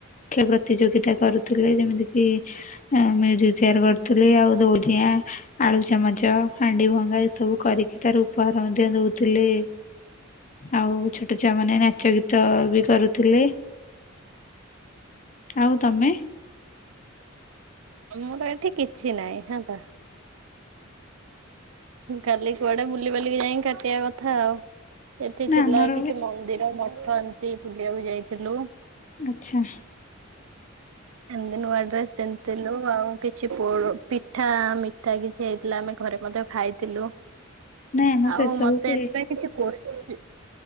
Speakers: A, on the left; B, on the right.
A: ଖେ ପ୍ରତିଯୋଗିତା କରୁଥିଲେ ଯେମିତି କିି ମ୍ୟଜିକ ଚେୟାର କରୁଥିଲେ ଆଉ ଦଉଡିିଆ ଆଳୁ ଚାମଚ, ହାଣ୍ଡି ଭଙ୍ଗା ଏ ସବୁ କରିକି ତାର ଉପହାର ମଧ୍ୟ ଦଉଥିଲେ। ଆଉ ଛୋଟ ଛୁଆ ମାନେ ନାଚ ଗୀତ ବି କରୁଥିଲେ। ଆଉ ତମେ?
B: ଆମର ଏଠି କିଛି ନାହିଁ ହେତା। କାଲି କୁଆଡେ ବୁଲିିବାଲିକି ଯାଇ କାଟିବା କଥା ଆଉ। ଏଠି
A: ନା
B: ଥିଲା
A: ଆମର
B: କିଛି ମନ୍ଦିର ମଠ ଏମିତି ବୁଲିବାକୁ ଯାଇଥିଲୁ।
A: ଆଛା
B: ଏମିତି ନୂଆ ଡ୍ରେସ୍ ପେ- - ଥିଲୁ ଆଉ କିଛି ପୋଡ ପିଠା ମିଠା କିଛି ହେଇଥିଲା ଆମେ ଘରେ ମଧ୍ୟ ଖାଇଥିଲୁ।
A: ନାଇଁ ଆମର
B: ଆଉ
A: ସେ ସବୁ
B: ମତେ
A: ହୁଏ
B: ଏଥିପାଇଁ- - କିଛି କୋଶ୍ଚି